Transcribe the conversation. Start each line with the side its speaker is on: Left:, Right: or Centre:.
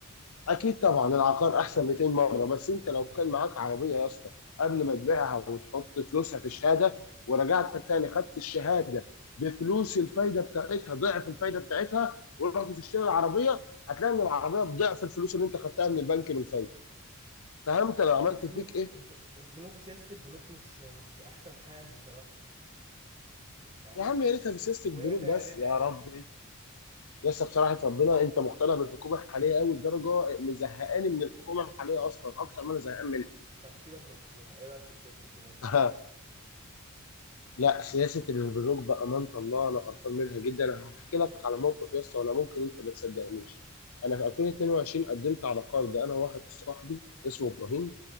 Left: اكيد طبعا العقار احسن 200 مره بس انت لو كان معاك عربيه يا اسطى قبل ما تبيعها وتحط فلوسها في الشهاده ورجعت تاني خدت الشهاده بفلوس الفايده بتاعتها ضعف الفايده بتاعتها ورحت تشتري العربيه هتلاقي ان العربيه بضعف الفلوس اللي انت خدتها من البنك بالفايده فهمت
Right: فين
Left: انا عملت
Right: هي البنوك
Left: فيك ايه
Right: الب- البنوك سياسه البنوك مش مش احسن حال بصراحه يعني انا
Left: يا عم
Right: شايف
Left: يا ريتها في
Right: ان
Left: سياسه البنوك
Right: وهي فيها
Left: بس
Right: ربا
Left: يا
Right: يعني
Left: ربي يا اسطى بصراحه ربنا انت مقتنع بالحكومه الحاليه قوي لدرجه مزهقاني من الحكومه الحاليه اصلا اكتر ما انا زهقان منها
Right: طب سيبك من الحكومة ايه رأيك في سياسة البنوك
Left: <laughs> لا سياسة البنوك بأمانة الله أنا قرفان منها جدا أنا هحكي لك على موقف يا اسطى ولا ممكن أنت ما تصدقنيش أنا
Right: أهو.
Left: في 2022 قدمت على قرض أنا وواحد صاحبي اسمه إبراهيم